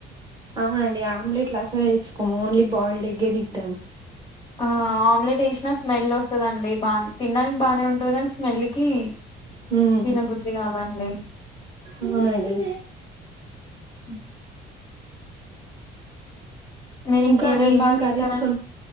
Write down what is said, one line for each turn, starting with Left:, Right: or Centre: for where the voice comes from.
Right: అవునండి ఆమ్లెట్లు అసలు వేసుకోము ఓన్లీ బాయిల్డెగ్గే తింటాం
Left: ఆ ఆమ్లెట్ ఎసినా స్మెల్ ఓస్తాదండి బా తినడానికి బాగానే ఉంటది కానీ స్మెల్లీకీ
Right: హ్మ్
Left: తినబుద్ధి కాదాండి
Right: అవునండి
Left: <unintelligible> మీరు
Right: ఇంకా
Left: ఇంకేమేం
Right: అండి ఏమేమి
Left: బాగా తింటారండి
Right: కర్రీస్ ఒ